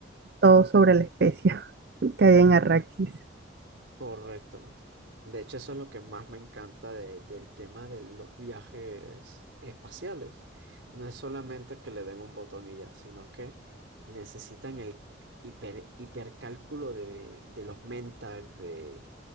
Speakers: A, on the right; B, on the right.
A: todo sobre la especie <laughs> que hay en Arrakis.
B: correcto. De hecho, eso es lo que más me encanta de- del tema de los viajes espaciales. No es solamente que le den un botón y ya, sino que necesitan el hiper, hipercálculo de, de los Mentag, de,